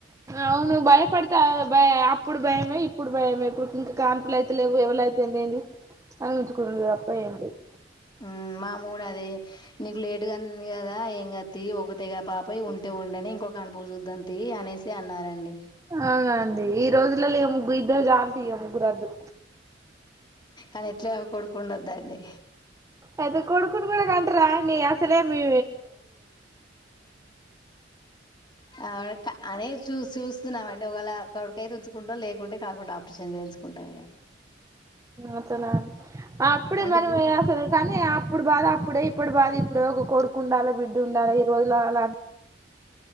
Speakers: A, on the right; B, on the left.
A: అవును భయపడు భ అప్పుడు భయమే ఇప్పుడు భయమే ఇప్పుడు ఇంకా కాన్పులు అయితే లేవు ఎవలైతే లేంది అని ఉంచుకునుడూ తప్ప ఏం లేదు
B: ఆ మామ్మ అదే నీకు లేటుగానింది కదా ఏం కాదు థీ ఒకటే పాప ఉంటే ఉండని ఇంకొ కణుపు చూద్దం తీ అనేసి అన్నారండి
A: అవున అండి ఈ రోజులలో ఏ ముగ్గు ఇద్దరు చళ్ళు ముగ్గురద్దు
B: అదే ఎట్లా కొడుకు ఉండదు దాన్ని
A: అయితే కొడుకుని కూడా కంటరా అండి అసలే మీ
B: ఆ అదే చూస్తున్నాం అండి ఒకవేళ కడుకాయితే ఉంచుకుంటాం లేకుంటే కాకుండా ఆపరేషన్ చేయ చూసుకుంటాం ఇగ
A: అట్లానా అప్పుడే
B: అంటే
A: మనం
B: ఇప్పుడు
A: కానీ అప్పుడు బాధ అప్పుడే ఇప్పుడు బాధ ఇప్పుడు ఒక కొడుకు ఉండాలి బిడ్డ ఉండాలి ఈ రోజులు అలా